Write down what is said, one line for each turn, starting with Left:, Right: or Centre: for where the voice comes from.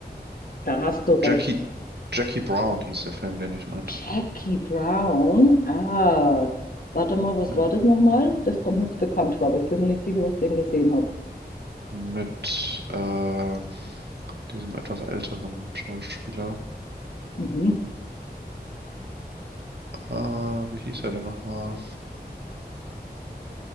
Left: Da hast du recht.
Right: Jackie, Jackie Brown hieß der Film, den ich meinte.
Left: Jackie Brown. Ah, warte mal, was
Right: Ja.
Left: war das nochmal? Das kommt mir jetzt bekannt vor, aber ich bin mir nicht sicher, ob ich den gesehen habe.
Right: Mit äh, diesem etwas älteren Schauspieler.
Left: Mhm.
Right: Äh, wie hieß er denn nochmal?